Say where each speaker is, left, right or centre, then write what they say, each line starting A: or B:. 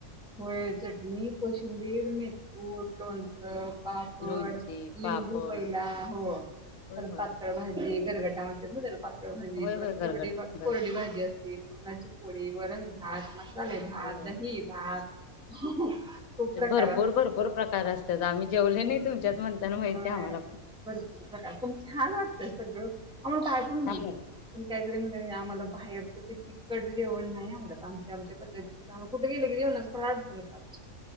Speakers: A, in the centre; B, on the left.
A: व्हय चटणी कोशंबिर मी- कुट लोणंच. पापड,
B: लोणची पापड
A: लिंबू पहिला हो
B: होय
A: तर
B: होय
A: पातळ भाजी. गरगटा म्हणत्यात नव्ह तेला पात- तळ भाजी
B: होय
A: परत
B: होय गरगट
A: कोरडी,
B: गरगट
A: कोरडी भाजी असती. पुरणाची पोळी, वरण भात. चालेल
B: होय
A: आज दही भात. <inaudible>
B: तुमच्यात
A: खूप प्रकारात
B: भरपूर भरपूर प्रकार असतात आम्ही जेवले नाही
A: होय
B: तुमच्यात म्हणताना माहिती आहे आम्हाला पण
A: भरपूर प्रकार पण छान वाटत सगळं. हो काय पण म्हणतू
B: छान आहे
A: पण काहीजरी म्हण हम आम्हाला बाहेरच ते तिखट जेवण नाही आवडत. आमच्या आमच्या पद्धतीच कुठे गेले की जेवणाचं फार नियम आमचे.